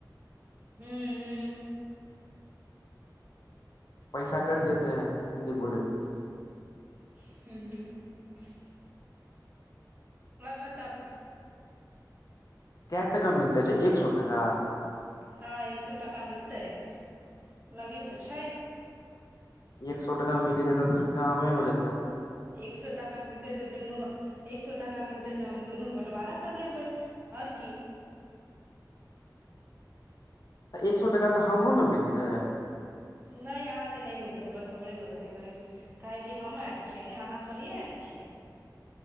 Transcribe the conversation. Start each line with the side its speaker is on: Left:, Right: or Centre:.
Right: हू हू
Left: पैसा कट जेते हैं हिन्दी बोलै प
Right: ह वह बताबू
Left: क टका मिलते छै एक सए टाका
Right: हँ एक सए टाका मिलतै आज लगे तऽ छै
Left: एक सए टा मिली जेतै त फर कमे हो जेतताै
Right: एक सए टाका मिलते तऽ दुनू एक सए टाका मिलते तऽ हम दुनू बंटवारक कर लेबै आओर की
Left: तऽ एक सए टाका तऽ हम ओरू ने मिलतै
Right: नहि अहाँके नहि मिलतै बस हमरे मिलतै कह के कि हम आयत छियै ने अहाँ थोड़े आयत छियै